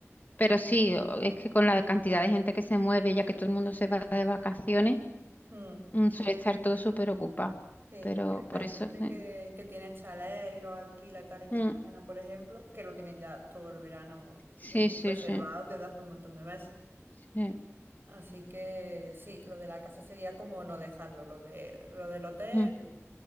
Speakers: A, on the left; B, on the right.
A: pero sí, o- es que con la cantidad de gente que se mueve, ya que todo el mundo se va de vacaciones,
B: mm,
A: mm, suele estar todo súper ocupado.
B: sí.
A: Pero
B: Es que
A: por
B: hay
A: eso,
B: gente
A: eh,
B: que, que tiene chalés y los alquila y tal en Chiclana,
A: mm,
B: por ejemplo, que lo tienen ya todo el verano
A: sí,
B: mm,
A: sí,
B: reservado
A: sí,
B: desde hace un montón de meses.
A: sí.
B: Así que sí, lo de la casa sería como no dejarlo. Lo de, lo del hotel,
A: mm,